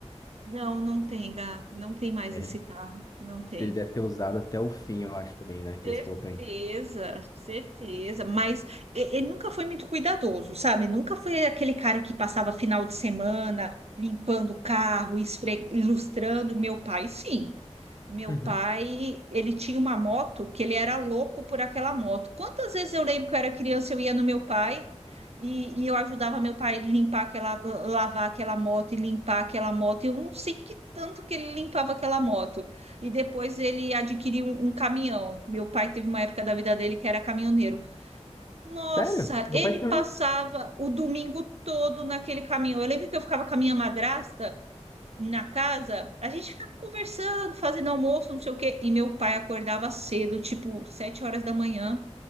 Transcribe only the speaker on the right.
Não, não tem, Gá, não tem mais
esse carro, não tem.
Certeza,
certeza, mas e- ele nunca foi muito cuidadoso, sabe? Nunca foi aquele cara que passava final de semana limpando o carro, esfre... ilustrando. Meu pai, sim. Meu
pai, ele tinha uma moto que ele era louco por aquela moto. Quantas vezes eu lembro que eu era criança, eu ia no meu pai e, e eu ajudava meu pai limpar aquela, lavar aquela moto e limpar aquela moto. Eu não sei que tanto que ele limpava aquela moto. E depois ele adquiriu um, um caminhão. Meu pai teve uma época da vida dele que era caminhoneiro. Nossa,
ele
passava o domingo todo naquele caminhão. Eu lembro que eu ficava com a minha madrasta na casa, a gente ficava conversando, fazendo almoço, não sei o quê, e meu pai acordava cedo, tipo sete horas da manhã,